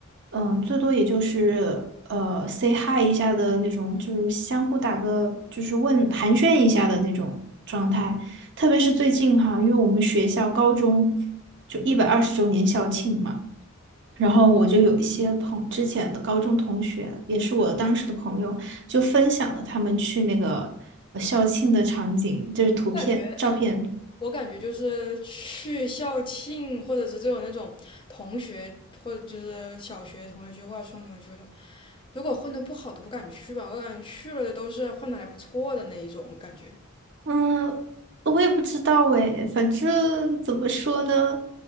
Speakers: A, on the right; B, on the left.
A: 嗯，最多也就是呃 say hi 一下的那种，就是相互打个就是问寒暄一下的那种状态。特别是最近哈，因为我们学校高中就一百二十周年校庆嘛。然后我就有一些朋之前的高中同学，也是我当时的朋友，就分享了他们去那个呃校庆的场景，就是图片、
B: 我感觉。
A: 照片，
B: 我感觉就是去校庆，或者是这种那种同学，或者就是小学同学聚会、初中同学聚会这种，如果混得不好的不敢去吧，我感觉去了的都是混得还不错的那一种感觉。
A: 嗯，我也不知道诶，反正怎么说呢，